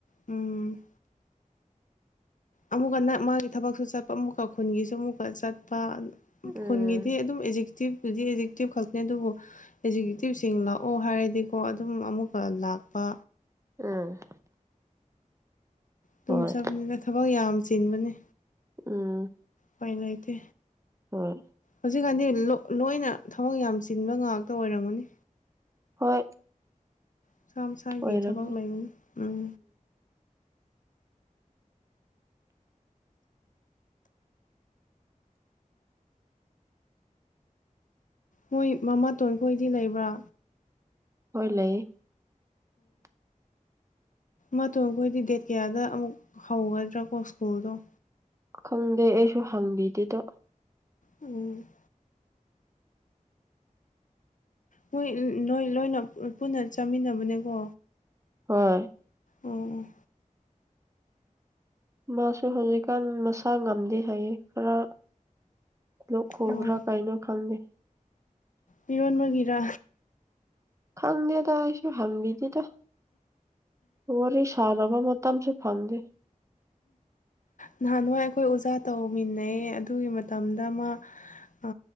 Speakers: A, on the left; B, on the right.
A: ꯎꯝ ꯑꯃꯨꯛꯀꯅ ꯃꯥꯒꯤ ꯊꯕꯛꯁꯨ ꯆꯠꯄ ꯑꯃꯨꯛꯀ ꯈꯨꯟꯒꯤꯁꯨ ꯃꯨꯛꯀ ꯆꯠꯄ
B: ꯎꯝ
A: ꯈꯨꯟꯒꯤꯗꯤ ꯑꯗꯨꯝ ꯑꯦꯖꯦꯛꯇꯤꯞꯗꯤ ꯑꯦꯖꯦꯛꯇꯤꯞ ꯈꯛꯅꯦ ꯑꯗꯨꯕꯨ ꯑꯦꯖꯤꯀ꯭ꯌꯨꯇꯤꯞꯁꯤꯡ ꯂꯥꯛꯑꯣ ꯍꯥꯏꯔꯗꯤꯀꯣ ꯑꯗꯨꯝ ꯑꯃꯨꯛꯀ ꯂꯥꯛꯄ
B: ꯎꯝ
A: ꯇꯨꯝ
B: ꯍꯣꯏ
A: ꯆꯄꯅꯤꯅ ꯊꯕꯛ ꯌꯥꯝ ꯆꯤꯟꯕꯅꯦ
B: ꯎꯝ
A: ꯄꯥꯏ ꯂꯩꯇꯦ
B: ꯍꯣꯏ
A: ꯍꯧꯖꯤꯛꯀꯥꯟꯗꯤ ꯂꫭ ꯂꯣꯏꯅ ꯊꯕꯛ ꯌꯥꯝ ꯆꯤꯟꯕ ꯉꯥꯛꯇ ꯑꯣꯏꯔꯝꯒꯅꯤ
B: ꯍꯣꯏ
A: ꯃꯁꯥ ꯃꯁꯥꯒꯤ
B: ꯑꯣꯏꯔꯝꯅꯤ
A: ꯊꯕꯛ ꯂꯩꯕꯅꯦ ꯎꯝ ꯃꯣꯏ ꯃꯃꯥ ꯇꯣꯟ ꯈꯣꯏꯗꯤ ꯂꯩꯕ꯭ꯔꯥ
B: ꯍꯣꯏ ꯂꯩ <inaudible>
A: ꯃꯥꯇꫭꯟꯈꯣꯏꯗꯤ ꯗꯦꯠ ꯀꯌꯥꯗ ꯑꯃꯨꯛ ꯍꯧꯒꯗ꯭ꯔꯀꯣ ꯁ꯭ꯀꯨꯜꯗꯣ
B: ꯈꯪꯗꯦ ꯑꯩꯁꯨ ꯍꯪꯕꯤꯗꯦꯗꯣ
A: ꯎꯝ ꯃꯣꯏ ꯑ ꯅꯣꯏ ꯂꯣꯏꯅ ꯑ ꯄꯨꯟꯅ ꯆꯥꯃꯤꯟꯅꯕꯅꯦꯀꯣ
B: ꯍꯣꯏ
A: ꯑꯣ
B: ꯃꯥꯁꯨ ꯍꯧꯖꯤꯛꯀꯥꯟ ꯃꯁꯥ ꯉꯝꯗꯦ ꯍꯥꯏꯌꯦ ꯈꯔ ꯂꯣꯛ ꯈꯨꯕ꯭ꯔꯥ
A: ꯑꯣ
B: ꯀꯩꯅꯣ ꯈꯪꯗꯦ
A: ꯃꯤꯔꯣꯟꯕꯒꯤꯔꯥ
B: ꯈꯪꯗꯦꯗ ꯑꯩꯁꯨ ꯍꯪꯕꯤꯗꯦꯗ ꯋꯥꯔꯤ ꯁꯥꯟꯅꯕ ꯃꯇꯝꯁꯨ ꯐꯪꯗꯦ
A: ꯅꯍꯥꯟꯋꯥꯏ ꯑꯩꯈꯣꯏ ꯑꯣꯖꯥ ꯇꯧꯃꯤꯟꯅꯩꯌꯦ ꯑꯗꯨꯒꯤ ꯃꯇꯝꯗ ꯃꯥ ꯑ